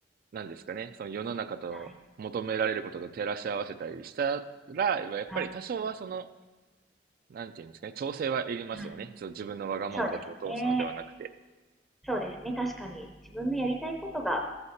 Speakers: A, on the right; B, in the centre.
A: なんですかね、その世の中と求められることと照らし合わせたりしたら、
B: はい。
A: やっぱり多少はその、
B: はい。
A: なんていうんですかね、調整はいりますよね。
B: はい
A: ちょっと自分のわがままだけを通すのではなくて。
B: そうですね。そうですね。確かに自分のやりたいことが